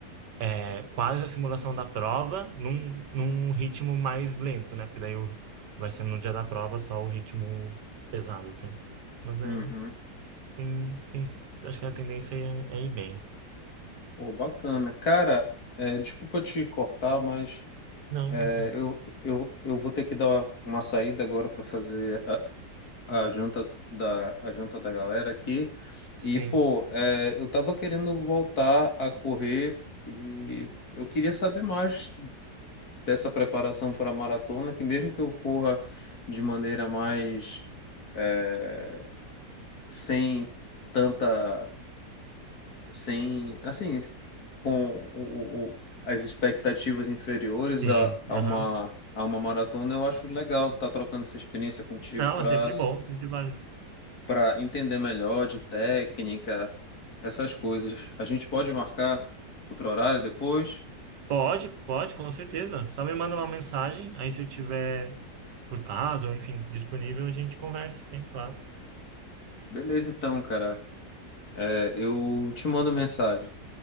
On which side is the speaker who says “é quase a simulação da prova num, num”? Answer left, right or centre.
Right